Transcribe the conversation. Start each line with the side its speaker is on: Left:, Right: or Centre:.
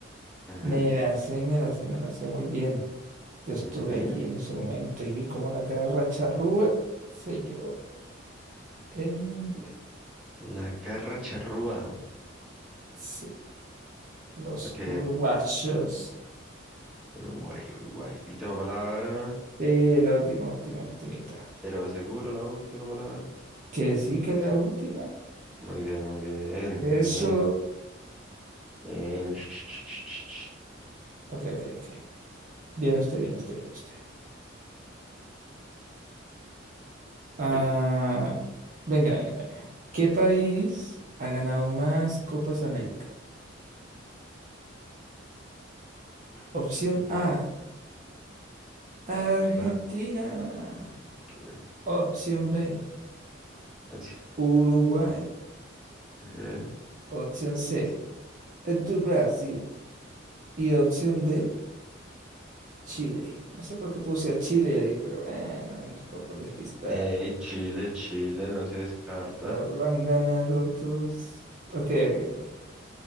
Centre: Ujú,
Right: Me la sé, me la sé, me la sé muy bien. Yo estuve
Centre: ujú.
Right: allí en ese momento y vi cómo la garra charrúa se llevó el mundial.
Centre: La garra charrúa.
Right: Sí, los
Centre: Ok,
Right: uruguayos.
Centre: Uruguay, Uruguay. Última palabra,
Right: Eh, la última, última, ultimita.
Centre: pero seguro la última palabra.
Right: Que sí que la última.
Centre: Muy bien, muy bien,
Right: Eso.
Centre: bien, bien. Sh- sh- sh- sh- sh.
Right: Ok, ok, ok. Bien usted, bien usted, bien usted. Ah,
Centre: Voy yo.
Right: venga, venga, venga. ¿Qué país ha ganado más Copas América?
Centre: Uf,
Right: Opción A, Argentina.
Centre: para- que-
Right: Opción B,
Centre: Francia.
Right: Uruguay.
Centre: ok.
Right: Opción C, es de Brasil. Y opción D, Chile. No sé por qué puse a Chile ahí, pero bueno, ahí como despistado.
Centre: Eh, Chile, Chile, no se descarta.
Right: Lo lo han ganado todos. Ok, ok, ok.